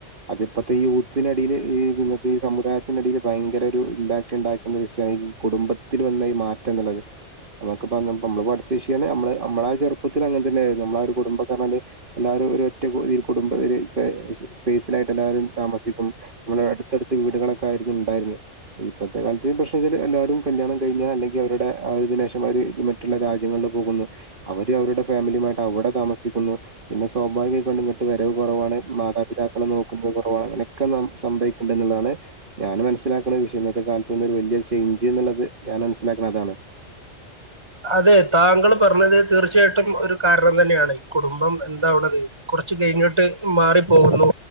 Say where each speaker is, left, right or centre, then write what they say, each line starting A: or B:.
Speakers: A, on the right (about 45°); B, on the right (about 25°).
A: അതിപ്പത്തെ ഈ ഊത്തിനടിയില് ഈ ഇന്നത്തെ ഏ സമുദായത് ത്തിനടിയില് ഭയങ്കര ഒരു ഇമ്പാക്ട് ഉണ്ടാക്കിയൊണ്ടൊരു വിഷയാണ് ഈ കുടുംബത്തിൽ വന്ന ഈ മാറ്റം എന്നുള്ളത് നമുക്ക് ഇപ്പന്താപ്പ നമ്മള് പഠിച്ചവിഷയാണ് അമ്മള് അമ്മളാ ചെറുപ്പത്തിൽ അങ്ങനെ തന്നെ ആ നമ്മള ഒരു കുടുംബക്കാരാന്നെ എല്ലാരും ഒരൊറ്റ ഈ കുടുംബ ഒരു സേ സ്പേസിനായിട്ട് എല്ലരും താമ സിപ്പം നമ്മുടെ അടുത്തടുത്ത് വീടുകളൊക്കെ ആയിരുന്നു ഉണ്ടായിരുന്നെ ഇപ്പഴത്തെ കാലത്ത് പ്രശ്നം വെച്ചാൽ എല്ലാരും കല്യാണം കഴിഞ്ഞ അല്ലെങ്കിൽ അവരുടെ ആ ഒരുദിനേശം മാരി മറ്റുള്ള രാജ്യങ്ങളിൽ പോകുന്നു അവര് അവരുടെ ഫാമിലിമായി ട്ടവിടെ താമസിക്കുന്നു പിന്നെ സ്വാഭാവികമായി ഇങ്ങട്ട് വരവ് കുറവാണ് മാതാപിതാക്കൾ നോക്കുന്നത് കുറവാണ് നൊക്കെ നാം സംഭവിക്കണ്ട എന്നുള്ളതാണ് ഞാൻ മനസ്സിലാക്കണ വിഷയം ഇന്നത്തെ കാലത്ത് നിന്ന് ഒരു വലിയൊരു ചേഞ്ച് എന്നുള്ളത് ഞാൻ മനസ്സിലാക്കണ അതാണ്
B: അതെ താങ്കൾ പറഞ്ഞത് തീർച്ചയായിട്ടും ഒരു കാരണം തന്നെയാണ് ഈ കുടുംബം എന്താ ത് കൊ ച്ച് കഴിഞ്ഞോട്ട് മാറി പോകുന്നു